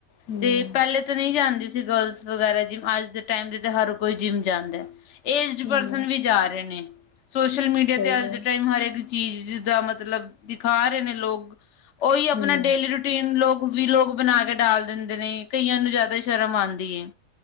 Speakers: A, on the left (about 80°); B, on the left (about 60°).
A: ਹਮ
B: ਤੇ ਪਹਿਲੇ ਤਾਂ ਨਹੀਂ ਜਾਂਦੀ ਸੀ ਗਰਲਸ ਵਗੈਰਾ ਜਿਮ ਅੱਜ ਦੇ ਟਾਈਮ ਦੇ ਤੇ ਹਰ ਕੋਈ ਜਿੰਮ ਜਾਂਦਾ। ਏਜਡ
A: ਹਮ
B: ਪਰਸਨ ਵੀ ਜਾ ਰਹੇ ਨੇ ਸੋਸ਼ਲ ਮੀਡੀਆ
A: ਸਹੀ
B: ਤੇ ਅੱਜ
A: ਗੱਲ
B: ਦੇ ਟਾਈਮ ਹਰ ਏਕ ਚੀਜ਼ ਦਾ ਮਤਲਬ ਦਿਖਾ ਰਹੇ ਨੇ ਲੋਕ ਉਹੀ ਆਪਣਾ
A: ਹਮ
B: ਡੇਲੀ ਰੂਟੀ ਤਿੰਨ ਲੋਕ ਵੀਲੋਗ ਬਣਾ ਕੇ ਡਾਲ ਦਿੰਦੇ ਨੇ ਕਈਆਂ ਨੂੰ ਜਿਆਦਾ ਸ਼ਰਮ ਆਂਦੀ ਏ।